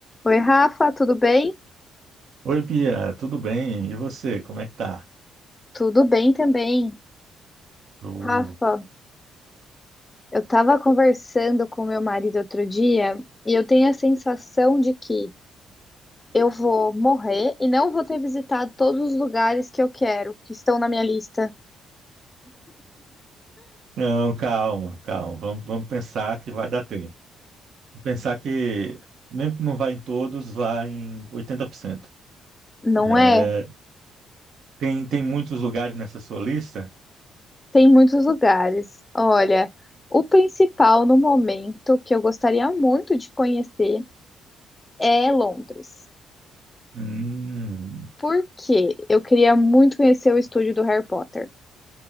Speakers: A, on the left (about 20°); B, on the right (about 65°).
A: Oi, Rafa, tudo bem?
B: Oi, Bia, tudo bem? E você, como é que tá?
A: Tudo bem também.
B: Show.
A: Rafa, eu estava conversando com meu marido outro dia e eu tenho a sensação de que eu vou morrer e não vou ter visitado todos os lugares que eu quero, que estão na minha lista.
B: Não, calma, calma. Vamos, vamos pensar que vai dar tempo. Pensar que, mesmo que não vá em todos, vá em 80%.
A: Não
B: Já
A: é?
B: é. Tem, tem muitos lugares nessa sua lista?
A: Tem muitos lugares. Olha, o principal no momento que eu gostaria muito de conhecer é Londres.
B: Hum.
A: Porque eu queria muito conhecer o estúdio do Harry Potter.